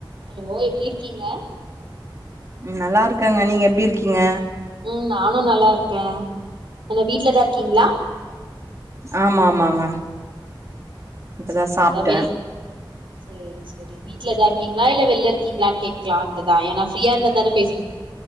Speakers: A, on the right; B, on the right.
A: Hello எப்டிர்க்கீங்க
B: உம் நல்லாருக்கங்க நீங்க எப்டிர்க்கீங்க
A: உம் நானு நல்லாருக்கே என்ன வீட்லதா இர்க்கீங்ளா
B: ஆமா ஆமாங்க.
A: ம்
B: இப்பதா
A: செரி
B: சாப்ட்ட
A: அதா வெள் சேரி சேரி வீட்லதாருக்கீங்களா இல்ல வெளிய இருக்கீங்களான்னு கேக்கலான்ட்டு தா ஏன்னா ஃப்ரீயாயிருந்தாதானே பேஸ்